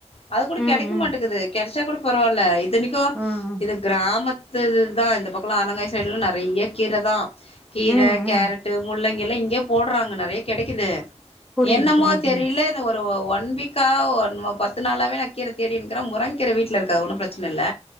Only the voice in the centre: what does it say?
ம்
ம்
ஆ ஆ
ம்
ம்
புரியுது
புரியுது